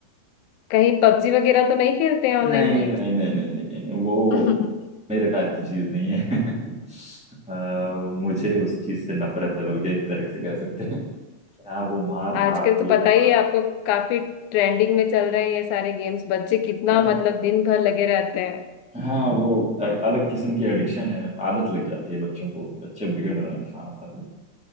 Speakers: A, on the left; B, in the centre.
A: कहीं पबजी वगैरह तो नहीं खेलते हैं ऑनलाइन
B: नहीं
A: गेम्स
B: नहीं नहीं नहीं नहीं नहीं, नहीं वो
A: <laughs>
B: मेरे टाइप की चीज नहीं है <laughs> आ, मुझे उस चीज से नफरत है बल्कि एक तरह से कह सकते हैं क्या वो मार धाड़
A: आजकल तो
B: ये
A: पता
B: मार
A: ही है आपको काफी ट्रेंडिंग में चल रहे हैं ये सारे गेम्स बच्चे कितना
B: अरे,
A: मतलब दिन भर लगे रहते हैं
B: हाँ वो अ- अलग किस्म की एडिक्शन है आदत लग जाती है बच्चों को बच्चे बिगड़ रहे हैं खाम खा